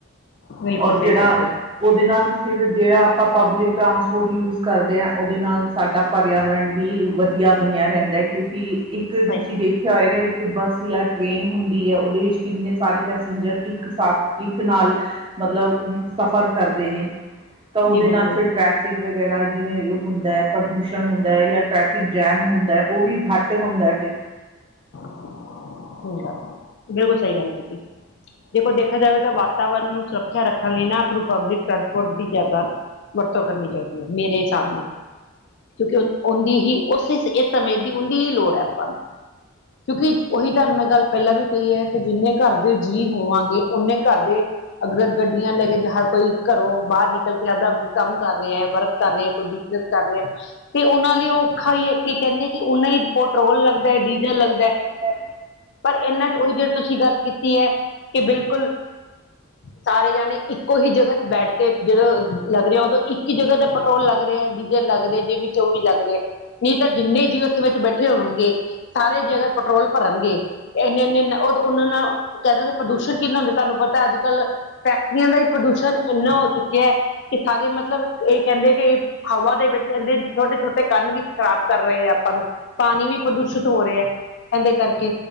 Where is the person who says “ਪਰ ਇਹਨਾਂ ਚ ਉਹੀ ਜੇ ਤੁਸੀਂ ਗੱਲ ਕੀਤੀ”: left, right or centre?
Left